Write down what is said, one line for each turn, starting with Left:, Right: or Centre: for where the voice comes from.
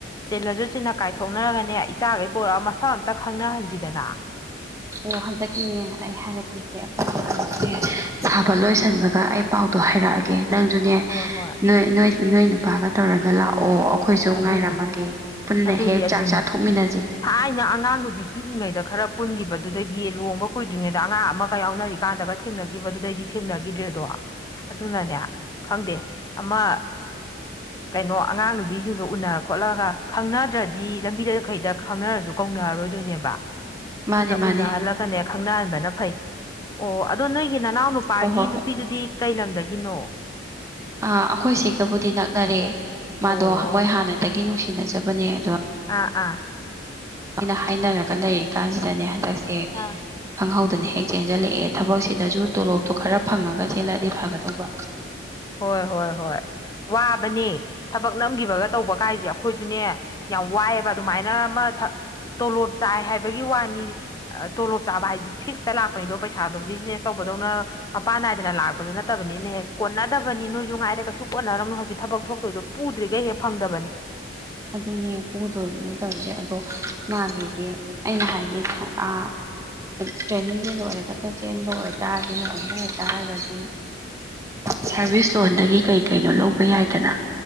Left: ꯆꯤꯂꯁꯨ ꯆꯤꯟꯅ ꯀꯥꯏꯊꯣꯛꯅꯔꯒꯅꯦ ꯏꯆꯥꯈꯩ ꯄꯣꯔꯛꯑ ꯃꯁꯥꯛ ꯑꯝꯇ ꯈꯪꯅꯍꯟꯁꯤꯗꯅ
Right: ꯑꯣ ꯍꯟꯗꯛꯀꯤꯅꯦ ꯑꯩ ꯍꯥꯏꯔꯛꯀꯦ <unintelligible> ꯁꯥꯕ ꯂꯣꯏꯁꯤꯟꯕꯒ ꯑꯩ ꯄꯥꯎꯗꯣ ꯍꯥꯏꯔꯛꯑꯒꯦ <unintelligible> ꯅꯪꯁꯨꯅꯦ
Left: ꯍꯣꯏ ꯍꯣꯏ
Right: ꯅꯣꯏ ꯅꯣꯏ ꯅꯣꯏ ꯅꯨꯄꯥꯒ ꯇꯧꯔꯒ ꯂꯥꯛꯑꯣ ꯑꯩꯈꯣꯏꯁꯨ
Left: ꯑꯗꯨꯅꯤ
Right: ꯉꯥꯏꯔꯝꯃꯒꯦ ꯄꯨꯟꯅ
Left: ꯑꯗꯨꯅꯤ
Right: ꯍꯦꯛ
Left: ꯑꯗꯨꯅꯤ
Right: ꯆꯥꯛ ꯆꯥꯊꯣꯛꯃꯤꯟꯅꯁꯦ
Left: ꯊꯥꯏꯅ ꯑꯉꯥꯡ ꯅꯨꯕꯤ ꯄꯤꯛꯏꯉꯩꯗ ꯈꯔ ꯄꯨꯟꯈꯤꯕꯗꯨꯗꯒꯤ ꯂꯨꯍꯣꯡꯕ ꯀꯨꯏꯗ꯭ꯔꯤꯉꯩꯗ ꯑꯉꯥꯡ ꯑꯃꯒ ꯌꯥꯎꯅꯔꯤꯀꯥꯟꯗꯒ ꯊꯦꯡꯅꯈꯤꯕꯗꯨꯗꯩꯗꯤ ꯊꯦꯡꯅꯈꯤꯗ꯭ꯔꯦꯗꯣ ꯑꯗꯨꯅꯅꯦ ꯈꯪꯗꯦ ꯑꯃ ꯀꯩꯅꯣ ꯑꯉꯥꯡꯅꯨꯕꯤ ꯁꯤꯡꯗꯣ ꯎꯅꯔ ꯈꯣꯠꯂꯒ ꯈꯪꯅꯗ꯭ꯔꯗꯤ ꯂꯝꯕꯤꯗꯈꯩꯗ ꯈꯪꯅꯔꯁꯨ ꯀꯧꯅꯔꯔꯣꯏꯗꯣꯏꯅꯦꯕ
Right: ꯃꯥꯅꯦ
Left: ꯑꯗꯨꯅ
Right: ꯃꯥꯅꯦ
Left: ꯎꯅꯍꯜꯂꯒꯅꯦ ꯈꯪꯅꯍꯟꯕꯅ ꯐꯩ ꯑꯣ ꯑꯗꯣ ꯅꯣꯏꯒꯤ ꯅꯅꯥꯎ ꯅꯨꯄꯥꯒꯤ
Right: ꯍꯣꯏ ꯍꯣꯏ ꯍꯣꯏ
Left: ꯅꯨꯄꯤꯗꯨꯗꯤ ꯀꯩ ꯂꯝꯗꯒꯤꯅꯣ
Right: ꯑ ꯑꯩꯈꯣꯏ ꯁꯤꯒꯕꯨꯗꯤ ꯅꯛꯅꯔꯦ ꯃꯥꯗꯣ
Left: ꯑꯣ
Right: ꯃꯣꯏ ꯍꯥꯟꯅꯗꯒꯤ ꯅꯨꯡꯁꯤꯅꯖꯕꯅꯦ ꯑꯗ
Left: ꯑꯥ ꯑꯥ
Right: <inaudible> ꯍꯥꯏꯅꯔꯒ ꯂꯩꯔꯤ ꯀꯥꯟꯁꯤꯗꯅꯦ ꯍꯟꯗꯛꯁꯦ
Left: ꯑꯥ
Right: ꯈꯪꯍꯧꯗꯅ ꯍꯦꯛ ꯆꯦꯟꯖꯜꯂꯛꯑꯦ ꯊꯕꯛꯁꯤ ꯑꯗꯁꯨ ꯇꯣꯂꯣꯞꯇꯣ ꯈꯔ ꯐꯪꯉꯒ ꯆꯦꯜꯂꯛꯑꯗꯤ ꯐꯥꯒꯗꯧꯕ
Left: ꯍꯣꯏ ꯍꯣꯏ ꯍꯣꯏ ꯋꯥꯕꯅꯤ ꯊꯕꯛ ꯅꯝꯈꯤꯕꯒ ꯇꯧꯕ ꯀꯥꯏꯁꯦ ꯑꯩꯈꯣꯏꯁꯨꯅꯦ ꯌꯥꯝ ꯋꯥꯏꯌꯦꯕ ꯑꯗꯨꯃꯥꯏꯅ ꯑꯃ ꯊ ꯇꯣꯂꯣꯞ ꯆꯥꯏ ꯍꯥꯏꯕꯒꯤ ꯋꯥꯅꯤ ꯇꯣꯂꯣꯞ ꯆꯥꯕ ꯍꯥꯏꯗꯤ ꯐꯤꯛꯁꯇ ꯂꯥꯛꯄꯅꯤꯗꯣ ꯄꯩꯁꯥꯗꯣ ꯕꯤꯖꯤꯅꯦꯁ ꯇꯧꯕꯗꯧꯅ ꯃꯄꯥꯟ ꯅꯥꯏꯗꯅ ꯂꯥꯛꯄꯁꯨ ꯅꯠꯇꯕꯅꯤꯅ ꯍꯦꯛ ꯀꯣꯟꯅ ꯇꯕꯅꯤ ꯅꯣꯏꯁꯨ ꯉꯥꯏꯔꯦ ꯀꯩꯁꯨ ꯀꯣꯟꯅꯔꯝꯃꯦ ꯍꯧꯖꯤꯛ ꯊꯕꯛ ꯊꯣꯛꯇꯣꯏꯗꯣ ꯄꯨꯗ꯭ꯔꯤꯈꯩ ꯍꯦꯛ ꯐꯪꯗꯕꯅꯤ
Right: ꯑꯗꯨꯅꯦ ꯄꯨꯗꯣꯔꯤꯅꯦ ꯇꯧꯔꯤꯁꯦ ꯑꯗꯣ ꯃꯥꯒꯤꯗꯤ ꯑꯩꯅ ꯍꯥꯏꯗꯤ ꯑ ꯇ꯭ꯔꯦꯅꯤꯡꯁꯦ ꯂꯣꯏꯔꯒꯇ ꯆꯦꯟꯕ ꯑꯣꯏꯇꯥꯔꯗꯤ ꯂꯨꯍꯟꯕ ꯑꯣꯏꯇꯥꯔꯒꯗꯤ ꯁꯥꯔꯚꯤꯁ ꯂꯣꯟꯗꯒꯤ ꯀꯩ ꯀꯩꯅꯣ ꯂꯧꯕ ꯌꯥꯏꯗꯅ